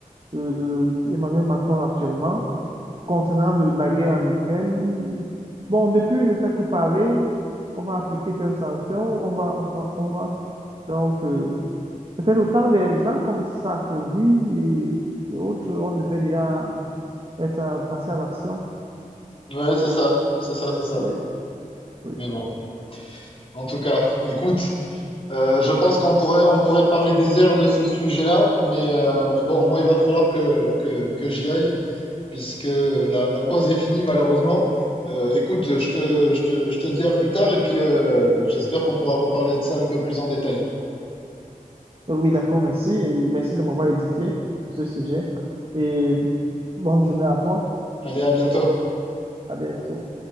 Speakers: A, on the right; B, on the left.
A: euh, Emmanuel Macron actuellement. Concernant le- la guerre en Ukraine, bon, depuis, il ne fait que parler. On va appliquer telle sanction, on va, on va, on va. Donc, euh, peut-être autant des gens comme Sarkozy et, et autres, on devait déjà être euh, passé à l'action.
B: Ouais, c'est ça, c'est ça, c'est ça.
A: Oui, oui.
B: Mais bon. En tout cas, écoute, euh, je pense qu'on pourrait, on pourrait parler des heures de ce sujet-là, mais, euh, mais bon, moi, il va falloir que, que, que j'y aille. puisque la, la pause est finie malheureusement. Euh, écoute, je te, je te, je te dis à plus tard et puis euh, j'espère qu'on pourra reparler de ça un peu plus en détail.
A: Euh, Oui, d'accord, merci. Et merci de m'avoir édifié sur ce sujet. Et bonne journée à toi.
B: Allez, à bientôt.
A: À bientôt.